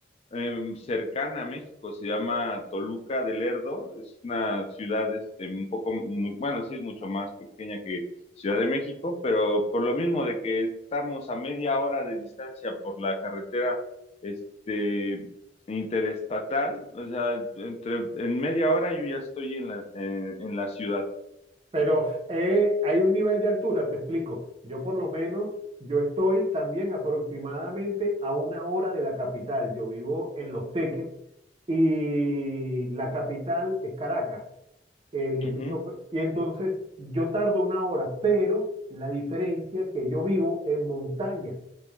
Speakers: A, on the left (about 35°); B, on the right (about 30°).
A: em, cercana a México, se llama Toluca del Lerdo, es una ciudad este, un poco, mu- bueno, sí es mucho más pequeña que Ciudad de México, pero por lo mismo de que estamos a media hora de distancia por la carretera este, interestatal, o sea, entre, en media hora yo ya estoy en la, en, en la ciudad.
B: Pero eh, hay un nivel de altura, te explico. Yo por lo menos, yo estoy también aproximadamente a una hora de la capital. Yo vivo en Los Teques y la capital es Caracas, el distrito.
A: Ujú.
B: Y entonces yo tardo una hora, pero la diferencia que yo vivo en montaña.